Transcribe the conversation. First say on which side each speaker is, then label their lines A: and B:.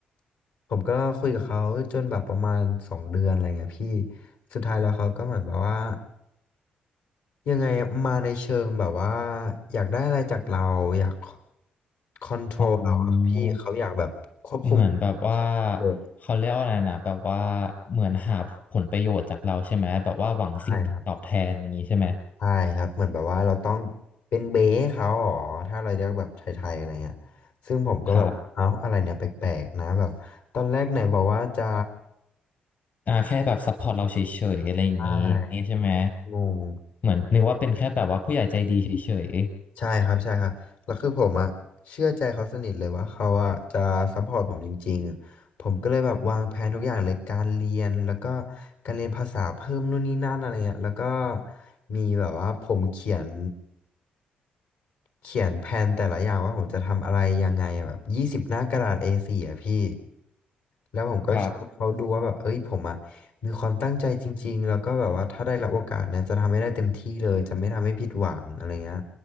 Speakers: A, on the left; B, on the left.
A: ผมก็คุยกับเขาจนแบบประมาณสองเดือนอะไรเงี้ยพี่สุดท้ายแล้วเขาก็เหมือนแบบว่า ยังไงมาในเชิงแบบว่าอยากได้อะไรจากเราอยากคอนโทรลเราอะพี่เขาอยากแบบควบคุม
B: อ๋อเหมือนแบบว่า
A: เรา
B: เขาเรียกว่าอะไรนะแบบว่าเหมือนหาผลประโยชน์จากเราใช่ไหมแบบว่าหวังสิ่งตอบแทนอย่างนี้ใช่ไหม
A: ใช่ครับใช่ครับเหมือนแบบว่าเราต้องเป็นเบ้เขาอ๋อถ้าเราเรียกแบบไทยๆอะไรเงี้ยซึ่งผมก็แบบเอ้าอะไรเนี่ยแปลกๆนะแบบตอนแรกไหนบอกว่าจะ
B: ครับอ่าแค่แบบซัพพอร์ตเราเฉยๆอะไรอย่างนี้
A: ใช่
B: ใช่ไหม
A: ผมก็งง
B: เหมือนนึกว่าเป็นแค่แบบว่าผู้ใหญ่ใจดีเฉย
A: ใช่ครับใช่ครับแล้วคือผมอะเชื่อใจเขาสนิทเลยว่าเขาอะจะซัพพอร์ตผมจริงๆผมก็เลยแบบวางแผนทุกอย่างเลยการเรียนแล้วก็การเรียนภาษาเพิ่มนู่นนี่นั่นอะไรเงี้ยแล้วก็มีแบบว่าผมเขียนเขียนแผนแต่ละอย่างว่าผมจะทำอะไรยังไงแบบยี่สิบหน้ากระดาษ A4 อสี่อะพี่แล้วผมก็ช่วยเขาดูว่าแบบเอ้ยผมอะ
B: ๆครับ
A: มีความตั้งใจจริงๆแล้วก็แบบว่าถ้าได้รับโอกาสเนี่ยจะทำให้ได้เต็มที่เลยจะไม่ทำให้ผิดหวังอะไรเงี้ย